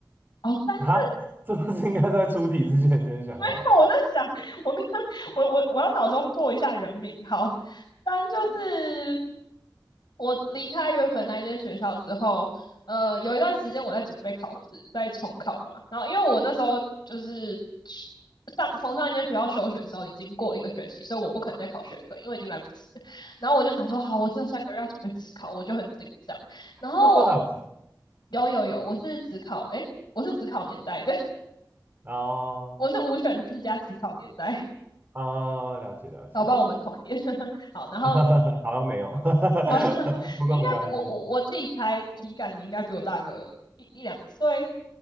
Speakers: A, on the left; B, on the right.
A: 哦，三四
B: 啊，<laughs> 这不是应该在出题之前先想好
A: <laughs> 没有，我在想，我刚刚我我我要脑中过一下人名。好，三就是我离开原本那间学校之后，呃，有一段时间我在准备考试，在重考嘛。然后因为我那时候就是去上从上一间学校休学的时候已经过一个学期，所以我不可能再考学测，因为已经来不及了然后我就想说，好，我这三个月要准备自考，我就很紧张。然后
B: 那时候还有时
A: 有有有，我是只考，诶，我是只考年代的，<laughs>
B: 哦
A: 我是五选四加只考年代。
B: 啊，了解了解，
A: 搞不好我们同年。<laughs> 好，然后
B: <laughs> 好像没有，<laughs>
A: 哦，<laughs>
B: 不过没关系，
A: 你应该比我我我自己猜体感，你应该比我大个一一两岁。